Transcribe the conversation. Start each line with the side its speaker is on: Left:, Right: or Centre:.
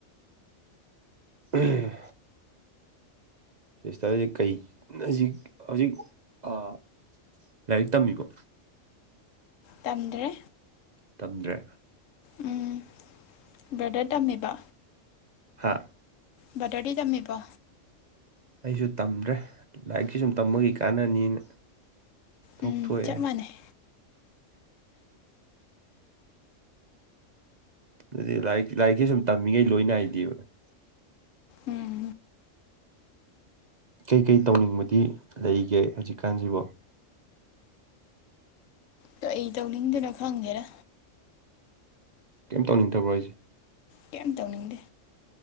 Right: ꯎꯝ ꯁꯤꯁꯇꯔꯁꯤ ꯀꯩ ꯍꯧꯖꯤꯛ ꯍꯧꯖꯤꯛ ꯑꯥ ꯂꯥꯏꯔꯤꯛ ꯇꯝꯃꯤꯕꯣ
Left: ꯇꯝꯗ꯭ꯔꯦ
Right: ꯇꯝꯗ꯭ꯔꯦ
Left: ꯎꯝ ꯕ꯭ꯔꯗꯔ ꯇꯝꯃꯤꯕꯣ
Right: ꯍꯥꯥ
Left: ꯕ꯭ꯔꯗꯔꯗꯤ ꯇꯝꯃꯤꯕꯣ
Right: ꯑꯩꯖꯨ ꯇꯝꯗ꯭ꯔꯦ ꯂꯥꯏꯔꯤꯛꯁꯤ ꯁꯨꯝ ꯇꯝꯃꯒ ꯀꯔꯤ ꯀꯥꯟꯅꯅꯤꯅ ꯇꯣꯛꯊꯣꯛꯑꯦ
Left: ꯎꯝ ꯆꯞ ꯃꯥꯟꯅꯩ
Right: ꯑꯗꯨꯅꯤ ꯂꯥꯏꯔꯤꯛ ꯂꯥꯏꯔꯤꯛꯁꯦ ꯁꯨꯝ ꯇꯝꯃꯤꯉꯩ ꯂꯣꯏ ꯅꯥꯏꯗꯦꯕ
Left: ꯎꯝ
Right: ꯀꯩ ꯀꯩ ꯇꯧꯅꯤꯡꯕꯗꯤ ꯂꯩꯒꯦ ꯍꯧꯖꯤꯛꯀꯥꯟꯁꯤꯕꯣ
Left: ꯀꯩ ꯇꯧꯅꯤꯡꯗꯣꯏꯅꯣ ꯈꯪꯗꯦꯗ
Right: ꯀꯩꯝ ꯇꯧꯅꯤꯡꯗꯕꯔꯣ ꯍꯥꯏꯁꯦ
Left: ꯀꯩꯝ ꯇꯧꯅꯤꯡꯗꯦ